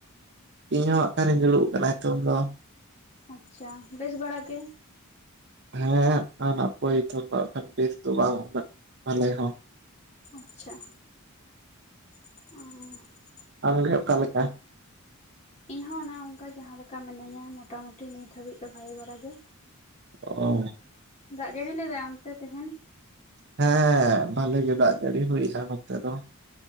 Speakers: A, on the right; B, on the left.
A: ᱤᱧ ᱦᱚᱸ ᱦᱟᱸᱜᱠᱷᱟᱱᱤᱧ ᱫᱩᱲᱩᱵ ᱠᱟᱱᱟ ᱱᱤᱛᱚᱝ ᱫᱚ᱾
B: ᱟᱪᱪᱷᱟ, ᱵᱮᱥ ᱵᱟᱲᱟ ᱜᱮᱭᱟᱢ?
A: ᱦᱮᱸ ᱦᱟᱸᱜᱠᱷᱟᱱ ᱦᱟᱯᱳᱭ <unintelligible> ᱵᱮᱥ ᱫᱚ ᱵᱟᱝ ᱩᱱᱟᱹᱜ ᱟᱞᱮ ᱦᱚᱸ᱾
B: ᱟᱪᱪᱷᱟ᱾ ᱚᱻ
A: ᱟᱢ ᱜᱮ ᱚᱠᱟ ᱞᱮᱠᱟ?
B: ᱤᱧ ᱦᱚᱸ ᱚᱱᱮ ᱚᱱᱠᱟ ᱡᱟᱦᱟᱸ ᱞᱮᱠᱟ ᱢᱤᱱᱟᱹᱧᱟ ᱢᱚᱴᱟ ᱢᱩᱴᱤ ᱱᱤᱛ ᱦᱟᱹᱵᱤᱡ ᱫᱚ ᱵᱷᱟᱜᱤ ᱵᱟᱲᱟᱜ ᱜᱮ᱾
A: ᱚ᱾
B: ᱫᱟᱜ ᱡᱟᱹᱲᱤ ᱞᱮᱫᱟ ᱚᱱᱛᱮ ᱛᱮᱦᱮᱱ?
A: ᱦᱮᱸ ᱵᱷᱟᱞᱮ ᱜᱮ ᱫᱟᱜ ᱡᱟᱹᱲᱤ ᱦᱩᱭ ᱱᱟ ᱱᱚᱛᱮ ᱫᱚ᱾